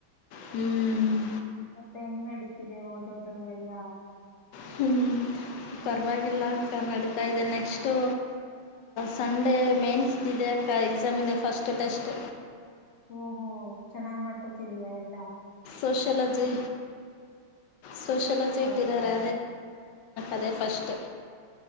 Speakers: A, on the left; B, on the left.
A: ಹ್ಮ್
B: ಮತ್ತೆ ಹೆಂಗ್ ನಡೀತಿದೆ ಓದೋದು ಎಲ್ಲಾ
A: ಹ್ಮ ಪರವಾಗಿಲ್ಲ ಅಕ್ಕ ನಡೀತಾ ಇದೆ ನೆಕ್ಸ್ಟು ಸಂಡೇ ಮೇನ್ಸ್ದ್ ಇದೆ ಅಕ್ಕ ಎಕ್ಸಾಮ್ ಇದೆ ಫಸ್ಟ್ ಟೆಸ್ಟ್
B: ಓಹೋ ಚೆನ್ನಾಗ್ ಮಾಡ್ಕೊತಿದಯಾ ಎಲ್ಲಾ
A: ಸೋಶಲಜಿ ಸೋಷ್ಯಲಜಿ
B: ಹೌದಾ
A: ಇಟ್ಟಿದರೆ ಅದೇ ಫಸ್ಟ್